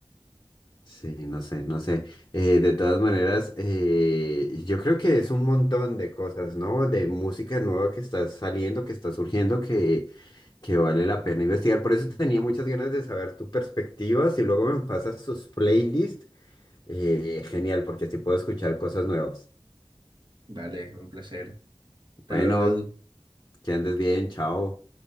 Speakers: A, on the left; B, on the right.
A: Sí, no sé, no sé. Eh, de todas maneras, eh, yo creo que es un montón de cosas, ¿no? De música nueva que está saliendo, que está surgiendo, que, que vale la pena investigar. Por eso tenía muchas ganas de saber tu perspectiva. Si luego me pasas tus playlists, eh, genial, porque así puedo escuchar cosas nuevas.
B: Vale, un placer. Hasta
A: Bueno,
B: luego, Edu.
A: que andes bien, chao.